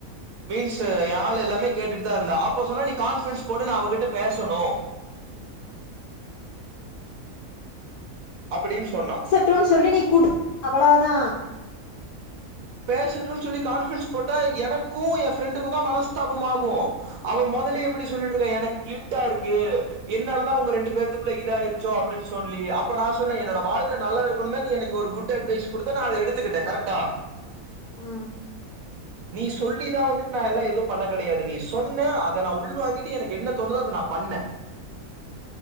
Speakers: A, on the right (about 70°); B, on the left (about 85°).
A: மீன்ஸ்சு ஏ ஆள் எல்லாமே கேட்டுட்டு தாருந்தா அப்ப சொன்னா நீ கான்ஃபிரன்ஸ் போடு நா அவகிட்ட பேசணு அப்புடின் சொன்னா
B: ட்டுன் சொல்லி நீ குடு அவ்ளோதா
A: பேசட்டுன் சொல்லி கான்ஃபிரன்ஸ் போட்டா எனக்கு என் ஃப்ரெண்டுக்கு தா மனஸ்தாபமாகு அவ மொதலே எப்புடி சொல்ட்டுருக்க எனக்கு கில்டா இருக்கு என்னால தா ஒங்க ரெண்டு பேத்துகுள்ள இதாயிருச்சோ அப்புடின் சொல்லி அப்ப நா சொன்னே என்னோட வாழ்க நல்லா இருக்கனுன் நீ எனக்கு ஒரு குட் அட்வைஸ் குடுத்த நா அத எடுத்துகிட்டே கரெக்டா
B: ம்
A: நீ சொல்லிதா வந்துட்டு நா எல்லா எதுவு பண்ண கெடயாது நீ சொன்ன அத நா உள்வாங்கிட்டு எனக்கு என்ன தோணுதோ அத நா பண்ணே